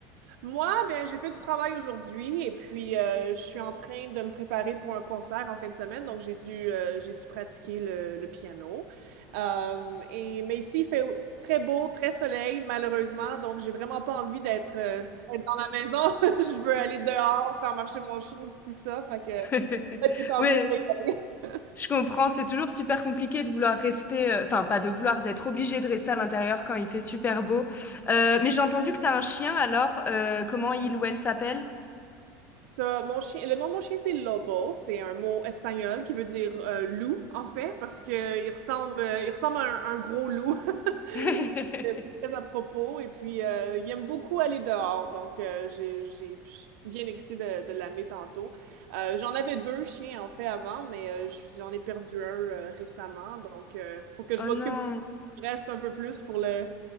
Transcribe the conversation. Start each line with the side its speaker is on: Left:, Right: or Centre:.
Right: Moi, ben, j'ai fait du travail aujourd'hui et puis euh, je suis en train de me préparer pour un concert en fin de semaine, donc j'ai dû, euh, j'ai dû pratiquer le, le piano. Euh, et, mais ici, il fait très beau, très soleil, malheureusement, donc j'ai vraiment pas envie d'être euh, d'être dans la maison. <laughs> Je veux aller dehors, faire marcher mon chien, tout ça, fait que
Left: <laughs>
Right: peut-être que tantôt
Left: Oui,
Right: je vais y aller.
Left: je comprends. C'est toujours super compliqué de vouloir rester, euh, enfin pas de vouloir, d'être obligé de rester à l'intérieur quand il fait super beau. Euh, mais j'ai entendu que t'as un chien. Alors, euh, comment il ou elle s'appelle?
Right: Ça, mon chien, le nom de mon chien, c'est Lobo. C'est un mot espagnol qui veut dire euh, loup, en fait, parce que il ressemble, euh, il ressemble à un, un gros loup. <laughs>
Left: <laughs>
Right: Donc, euh, C'est très à propos. Et puis, euh, il aime beaucoup aller dehors. Donc, euh, j'ai, j'ai- je suis bien excitée de, de l'amener tantôt. Euh, j'en avais deux chiens, en fait, avant, mais euh, j- j'en ai perdu un euh, récemment. Donc, il faut que je
Left: Oh
Right: m'occupe
Left: non.
Right: du reste un peu plus pour le,